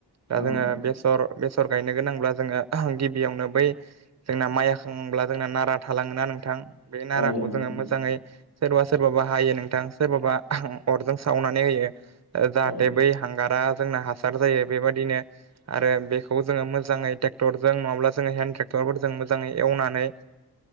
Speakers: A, on the right (about 40°); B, on the left (about 90°).
A: दा
B: औ
A: जोङो बेसर बेसर गायनो गोनांब्ला जोङो गिबियावनो बै जोंना माइ हाखांब्ला जोंना नारा थालाङोना नोंथां बे नाराखौ
B: औ नंगौ
A: जोङो मोजाङै सोरबा सोरबाबा हायो नोंथां सोरबाबा अरजों सावनानै होयो ओ जाहाथे
B: औ
A: बै हांगार रा जोंना हासार जायो बेबादिनो आरो बेखौ जोङो मोजाङै टेक क्टरजों नङाब्ला जोङो हेन्द ट्रेक्टरफोरजों मोजाङै एवनानै